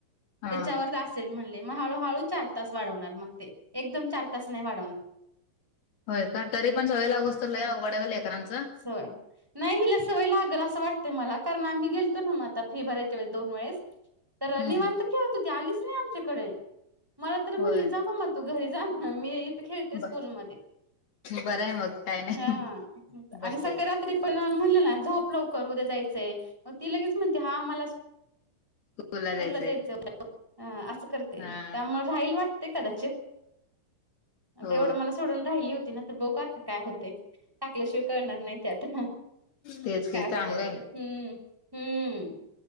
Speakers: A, on the left; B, in the centre.
A: हा.
B: त्याच्यावर असेल म्हणले मग हळू हळू चार तास वाढवणार मग ते एकदम चार तास नाही वाढवणार.
A: होय का तरीपण सवय लागूस्तवर लय अवघड हाय ओ लेकरांच
B: होय, नाही हिला सवय लागेल असं वाटतय मला कारण आम्ही गेलतो ना मग आता फी भरायच्या वेळी दोन वेळेस तर
A: हम्म.
B: निवांत खेळत होती ती आलीच नाही आमच्याकडे मला तर म्हणली
A: होय.
B: जा मम्मा तू घरी जा मी खेळते स्कूल
A: ब
B: मधे.
A: बरं आहे मग काय नाही.
B: हा आणि
A: बसते.
B: सकाळी रात्री पण म्हणलं ना झोप लवकर उद्या जायचंय मग ती लगेच म्हणते हा मला स्कूल
A: स्कूलला जायचंय.
B: ला जायचं. हा असं करते
A: हा.
B: त्यामुळे राहील वाट- -ते कदाचित, नाहीतर
A: हो.
B: एवढं मला सोडून राहिली होती ना तर बघू आता काय होते टाकल्याशिवाय कळणार नाही ते आता
A: तेच
B: काय
A: की
B: होतय
A: चांगलंय.
B: ते हम्म हम्म,